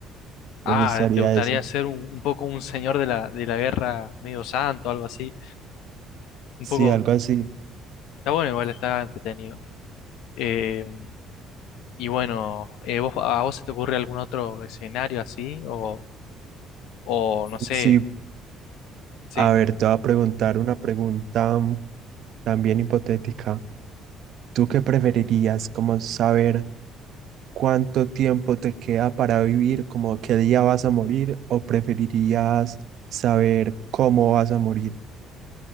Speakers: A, on the right; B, on the left.
A: Me
B: ah,
A: gustaría
B: ¿te gustaría
A: eso.
B: ser un, un poco un señor de la, de la guerra medio santo, algo así? Un
A: Sí,
B: poco,
A: algo así.
B: está bueno, igual está entretenido. Eh, y bueno, eh, ¿vos, a vos se te ocurre algún otro escenario así? O, o no sé.
A: Sí,
B: Sí,
A: a ver, te voy a preguntar una pregunta mm, también hipotética. ¿Tú qué preferirías? ¿Como saber cuánto tiempo te queda para vivir, como qué día vas a morir, o preferirías saber cómo vas a morir?